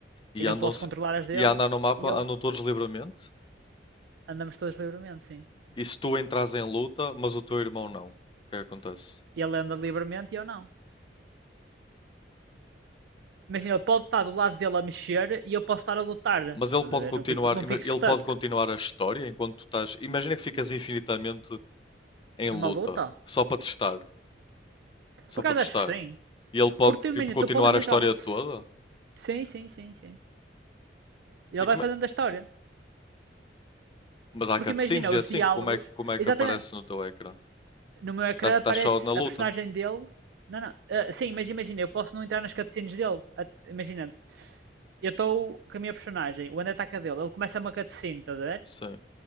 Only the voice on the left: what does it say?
E
andam,
se-
e a andar no mapa
andam todos livremente?
E se tu entras em luta, mas o teu irmão não, o que é que acontece?
Mas ele
pode
continuar,
ima-
ele
pode continuar a história enquanto tu estás. Imagina que ficas infinitamente em luta,
só para testar, só
para
testar.
E ele pode
tipo
continuar
a história
toda.
E como
é-
Mas há
cutscenes
e assim,
como é, como é que
aparece no teu ecrã?
Estás
tá só na
luta?
Sim,